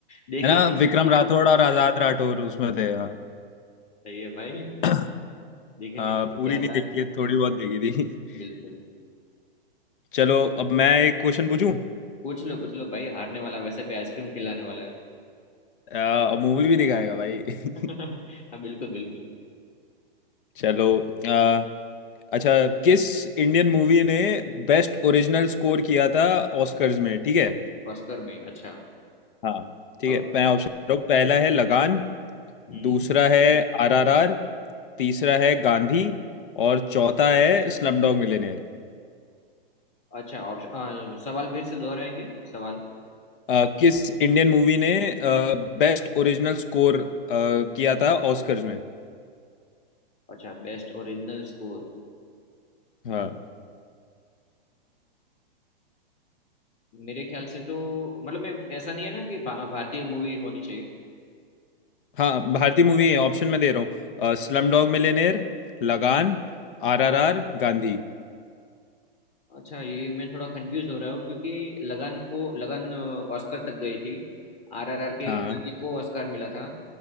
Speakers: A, on the left (about 25°); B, on the left (about 60°).
A: देखिए
B: है ना
A: फिर
B: विक्रम
A: भी
B: राठौड़ और आजाद राठौड़ उसमें थे हाँ
A: सही है भाई
B: <clears throat>
A: देखने
B: हाँ
A: फिर
B: पूरी
A: भी आता
B: नहीं देखी
A: है
B: है थोड़ी बहुत देखी थी
A: बिल्कुल
B: <laughs> चलो अब मैं एक क्वेश्चन पूछूं
A: पूछ लो पूछ लो भाई हारने वाला वैसे भी आइसक्रीम खिलाने वाला है
B: अ, अब मूवी भी दिखाएगा भाई <laughs>
A: <laughs> हाँ बिल्कुल बिल्कुल
B: चलो अ, अच्छा किस इंडियन मूवी ने बेस्ट ओरिजिनल स्कोर किया था ऑस्कर्स में ठीक है
A: ऑस्कर में अच्छा
B: हाँ ठीक
A: अब
B: है मैं ऑप्शन दे रहा हूँ पहला है लगान
A: हम्म
B: दूसरा है आरआरआर तीसरा है गांधी और चौथा है स्लमडॉग मिलियनेयर
A: अच्छा ऑप्शन सवाल फिर से दोहराएंगे सवाल
B: अ, किस इंडियन मूवी ने बेस्ट ओरिजिनल स्कोर किया था ऑस्कर्स में
A: अच्छा बेस्ट ओरिजिनल स्कोर
B: हाँ
A: मेरे ख्याल से तो मतलब मैं ऐसा नहीं है ना कि भा, भारतीय मूवी होनी चाहिए
B: हाँ भारतीय मूवी है ऑप्शन में दे रहा हूँ स्लमडॉग मिलियनेयर लगान आरआरआर गांधी
A: अच्छा ये मैं थोड़ा कंफ्यूज हो रहा हूँ क्योंकि लगान को लगान ऑस्कर तक गई थी आरआरआर के
B: हाँ
A: गाने को ऑस्कर मिला था